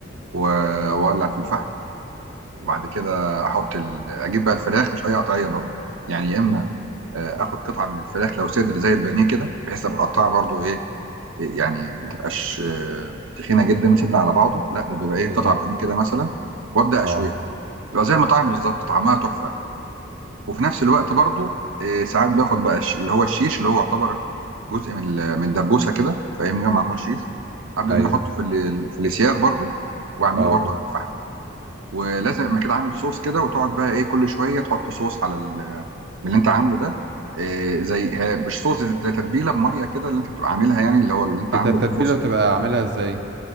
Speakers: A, on the right; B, on the right.
A: و- واولع في الفحم وبعد كده احط ال... اجيب بقى الفراخ مش اي قطعيه برضه يعني يا اما آه، اخد قطعه من الفراخ لو صدر زي البانيه كده بحيث ابقى اقطعها برضه ايه يعني ما تبقاش آه، تخينه جدا صدر على بعضه لا ده بيبقى ايه
B: بالظبط
A: قطعه بانيه كده مثلا وابدا اشويها
B: اه
A: تبقى زي المطاعم بالظبط طعمها تحفه وفي نفس الوقت برضو آه، ساعات باخد بقى الش- اللي هو الشيش اللي هو يعتبر جزء من ال- من الدبوسه كده فاهمني هو معمول شيش ابدا
B: ايوه
A: ان انا احطه في ال- في السياخ برضو واعمله
B: اه
A: برضو على الفحم ولازم ما كده عامل صوص كده وتقعد بقى ايه كل شويه تحط صوص على ال- من اللي انت عامله ده آه، زي ها- مش صوص زي زي تتبيله بميه كده اللي انت بتبقى عاملها يعني اللي هو اللي انت عامله
B: انت التتبيلة
A: الصوص
B: بتبقى عاملها ازاي